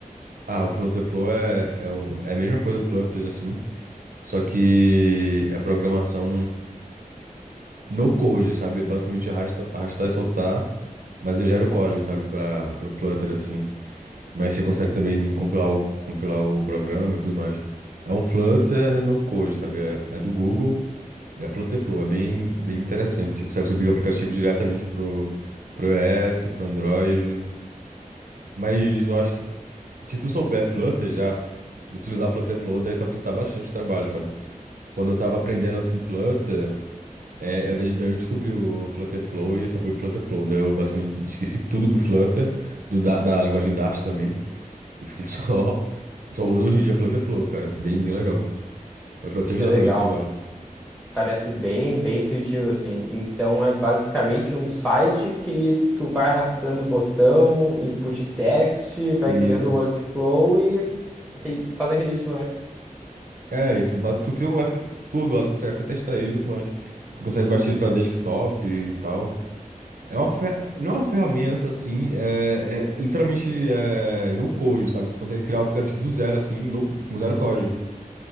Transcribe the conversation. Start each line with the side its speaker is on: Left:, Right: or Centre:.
Right: Ah, o Flutter Flow é, é, um- é a mesma coisa do Flutter, assim. Só que é programação no code, sabe? Basicamente arrasta, arrastar e soltar. Mas eu gero o código, sabe? Para o Flutter, assim. Mas você consegue também compilar o, compilar o programa e tudo mais. É um Flutter no code, sabe? É, é do Google. E a Flutterflow é bem, bem interessante. Você consegue subir o aplicativo diretamente pro, pro iOS, pro Android. Mas eu acho que se tu souber Flutter já, utilizar Flutterflow deve facilitar bastante o trabalho, sabe? Quando eu tava aprendendo assim Flutter, é, é daí daí eu descobri o Flutterflow e só fui pro Flutterflow. Daí eu basicamente esqueci tudo do Flutter, do, da, da linguagem Dart também. E fiquei só. <laughs> Só uso hoje em dia Flutterflow, cara. Bem, bem legal. Acho que vai te ajudar
Centre: Que legal.
Right: também no trabalho.
Centre: Parece bem, bem intuitivo assim. Então é basicamente um site que tu vai arrastando o botão, input text, vai
Right: Isso.
Centre: criando o workflow e re- faz a release de um app.
Right: É, e tu, ba- tu cria o app tudo lá, tu consegue até testar ele e tudo mais. Tu consegue baixar ele pra desktop e tal. É uma fer... Não é uma ferramenta assim, é, é literalmente é, no code, sabe? Tu consegue criar o aplicativo do zero, assim, no- com zero código.